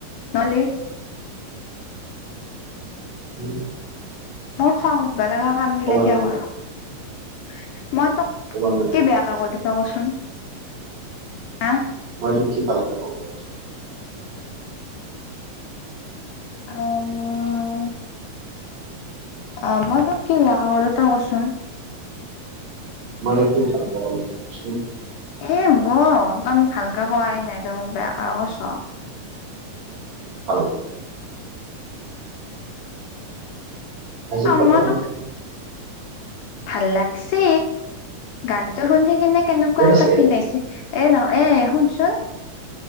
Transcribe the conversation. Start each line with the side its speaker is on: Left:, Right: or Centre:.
Left: নহ'লে।
Right: উমঁ হো
Left: মোৰ খং উঠবা লগা কামবিলাক
Right: ক'ব নোৱাৰি,
Left: কিয়া কৰ মই তোক।
Right: <unintelligible>
Left: কি বেয়াকে ক'লো তই কচোন হা।
Right: মইটোক কি ভালকে কলো।
Left: অঁ মই। অঁ মই তোক কি বেয়াকে কলো তই কচোন।
Right: মই তোক কি ভালকে কলো তয় কচোন।
Left: এই হ'ব তই মোক ভালকে কোৱাই নাই তই মোক বেয়াকে কৈছ।
Right: ভালকে আজি
Left: আমা
Right: ফটোখন
Left: তোক ভাল লাগছি গানটো শুনি কিনে কেনেকুৱা
Right: আৰু
Left: এটা
Right: আছে,
Left: ফিল আইছে। এ নহয় এ শুনচোন।